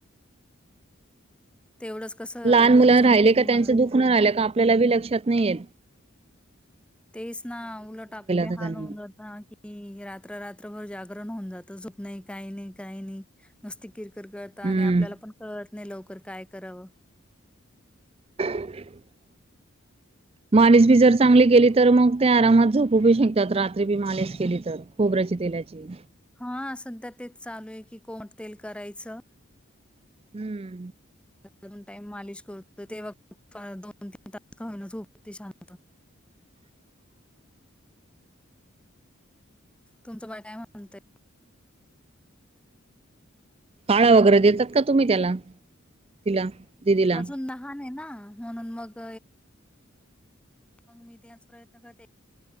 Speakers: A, in the centre; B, on the right.
A: तेवढंच कसं
B: लहान
A: रोगजंतू
B: मुला राहिले का त्यांचं
A: मरण
B: दुःख न राहिलं का आपल्याला बी लक्षात नाहीय.
A: तेच ना उलट आपला
B: तर
A: हाल
B: त्यांनी
A: होऊन जहत की रात्र रात्रभर जाग ऊन जात झप नाही काही नाही काही नाही नुसती किरक कळत
B: हम्म.
A: आणि आपल्याला पण कळत. लवकर काय करावं.
B: <unintelligible> मालीश बी जर चांगली केली तर मग ते आरामात झोपू बी शकत्यात रात्री बी मालीश केली तर खोबरेल च्या तेलाची,
A: हा अस तर तेच चालू आहे की कोणत्या
B: हम्म,
A: दोन टाइम मालिश करतो तेव्हा कुठं दोन तीन तास झोपतो शांत
B: हो, <inaudible>
A: तुमचं बाळ काय म्हणतय.
B: डाळ वगैरे देतात का तुम्ही त्याला तिला. दिदीला
A: अजून लहान आहे ना म्हणून मग, मग मी त्याच प्रयत्न करते.